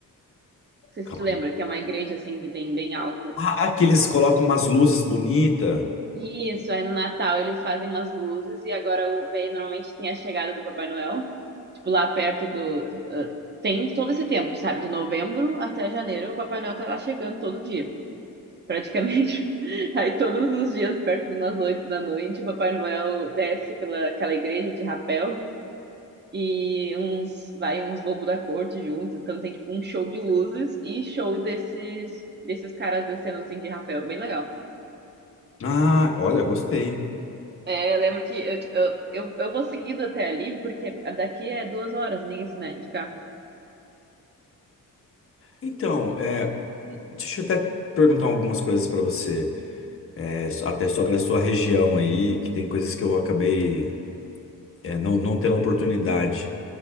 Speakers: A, on the right; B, on the left.
A: sei
B: Calma
A: se tu lembra,
B: aí.
A: que é uma igreja assim que tem bem alto
B: Ah, que eles colocam umas luzes bonitas.
A: Isso, aí no Natal eles fazem umas luzes e agora o- aí normalmente tem a chegada do Papai Noel, tipo lá perto do, do- ah, tem todo esse tempo, sabe? De novembro até janeiro, o Papai Noel tá lá chegando todo dia, praticamente. <laughs> Aí todos os dias, perto de umas oito da noite, o Papai Noel desce pela aquela igreja de rapel e uns vai uns bobos da corte junto, então tem tipo um show de luzes e show desses desses caras descendo assim de rapel, bem legal.
B: Ah, olha, gostei.
A: É, eu lembro que eu, eu, eu, eu vou seguindo até ali, porque daqui é duas horas, nem isso, né, de cá.
B: Então, é, deixa eu até perguntar algumas coisas pra você. é, so- até sobre a sua região aí, que tem coisas que eu acabei, é, não, não tendo a oportunidade